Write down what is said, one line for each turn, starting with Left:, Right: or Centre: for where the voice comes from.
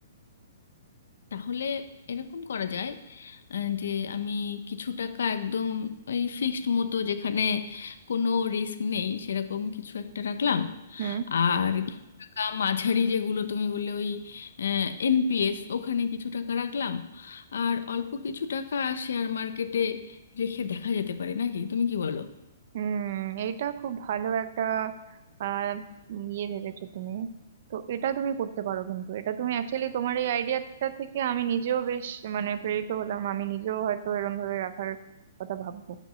Left: তাহলে এরকম করা যায় আহ, যে আমি কিছু টাকা একদম ওই ফিক্সড মতো যেখানে কোনো রিস্ক নেই সেরকম কিছু একটা রাখলাম
Right: হুম
Left: আর কিছু টাকা মাঝারি যেগুলো তুমি বললে ওই এনপিএস ওখানে কিছু টাকা রাখলাম আর অল্প কিছু টাকা শেয়ার মার্কেটে রেখে দেখা যেতে পারে নাকি তুমি কি বলো
Right: হুম এইটা খুব ভালো একটা আহ ইয়ে ভেবেছো তুমি তো এটা তুমি করতে পারো কিন্তু এটা তুমি অ্যাকচুয়ালি তোমার এই আইডিয়াটা থেকে আমি নিজেও বেশ মানে প্রেরিত হলাম আমি নিজেও হয়তো এরম ভাবে রাখার কথা ভাববো